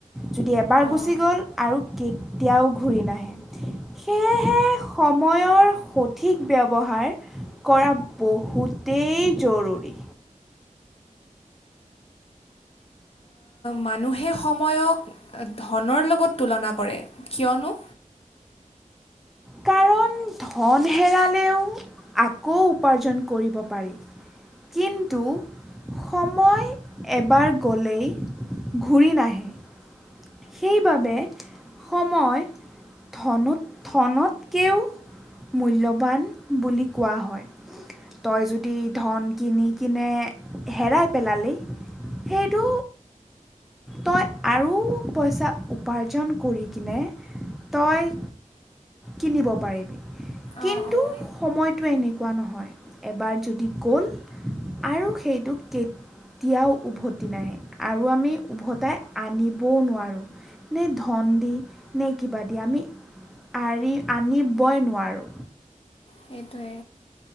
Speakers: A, in the centre; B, on the left (about 45°).
A: যদি এবাৰ
B: অঁ,
A: গুচি গ'ল আৰু কে এতিয়াও ঘূৰি নাহে। সেয়েহে সময়ৰ সঠিক ব্যৱহাৰ কৰা বহুতেই জৰুৰী।
B: মানুহে সময়ক ধনৰ লগত তুলনা কৰে কিয়নো
A: কাৰণ ধন হেৰালেও আকৌ উপাৰ্জন কৰিব পাৰি কিন্তু সময় এবাৰ গ'লেই ঘূৰি নাহে। সেইবাবে সময় ধনত ধনতকৈও মূল্যৱান বুলি কোৱা হয় তই যদি ধন কিনি কিনে হেৰাই পেলালি সেইটো তই আৰু পইচা উপাৰ্জন কৰি কিনে তই কিনিব পাৰিবি। কিন্তু
B: অঁ অঁ
A: সময়ত সটো এনেকুৱা নহয়, এবাৰ যদি গ'ল আৰু সেইটো কেতিয়াও উভতি নাহে, আৰু আমি উভতাই আনিবও নোৱাৰোঁ নে ধন দি নে কিবা দি আমি আৰি আনি বই নোৱাৰোঁ।
B: সেইটোৱে।